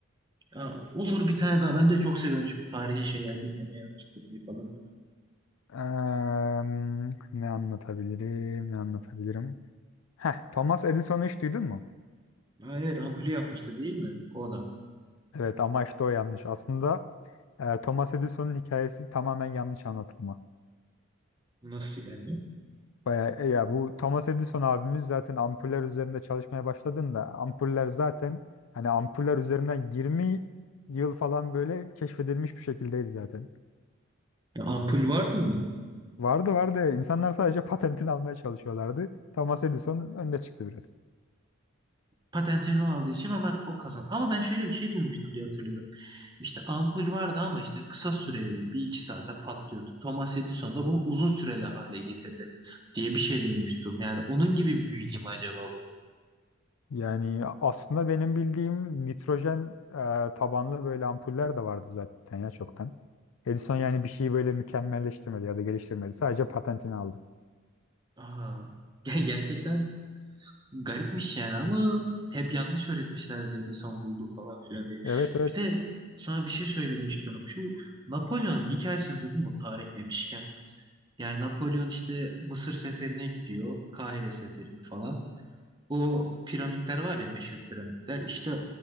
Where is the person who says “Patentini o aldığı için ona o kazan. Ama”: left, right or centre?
Right